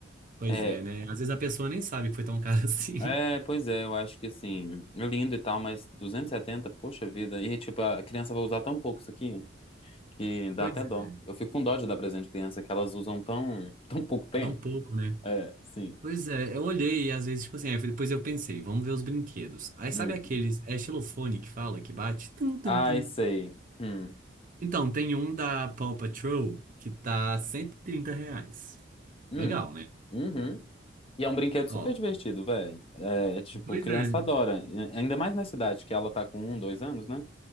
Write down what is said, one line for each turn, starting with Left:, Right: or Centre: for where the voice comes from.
Right: Pois
Left: é,
Right: é, né? Às vezes a pessoa nem sabe que foi tão caro <laughs> assim.
Left: É, pois é, eu acho que assim, é lindo e tal, mas 270, poxa vida. E tipo, a criança vai usar tão pouco isso aqui que dá
Right: Pois
Left: até dó.
Right: é,
Left: Eu fico com dó de dar presente de criança que elas usam tão, <laughs> tão pouco tempo.
Right: tão pouco, né?
Left: É, sim.
Right: Pois é, eu olhei e às vezes, tipo assim, aí depois eu pensei, vamos ver os brinquedos. Aí
Left: Hum.
Right: sabe aqueles, é xilofone que fala, que bate? Tum, tum,
Left: Ai,
Right: tum.
Left: sei. Hum.
Right: Então, tem um da Paw Patrol que tá 130 reais.
Left: Hum.
Right: Legal, né?
Left: Uhum. E é um brinquedo
Right: Ó,
Left: super divertido, velho. É, tipo,
Right: pois
Left: criança
Right: é,
Left: adora. Ainda mais na cidade, que ela tá com um, dois anos, né?